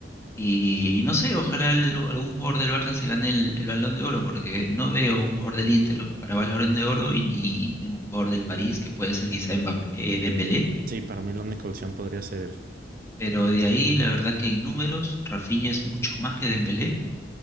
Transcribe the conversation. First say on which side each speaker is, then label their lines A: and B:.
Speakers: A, on the left; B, on the right.
A: y no sé, ojalá al- algún jugador del Barça se gane el, el Balón de Oro, porque no veo un jugador del Inter para Balón de Oro y ni, ni un jugador del París, que puede ser quizá Mbappé, eh, Dembélé,
B: Sí, para mí la única opción podría ser el
A: Pero de ahí, la verdad que en números, Rafinha es mucho más que Dembélé.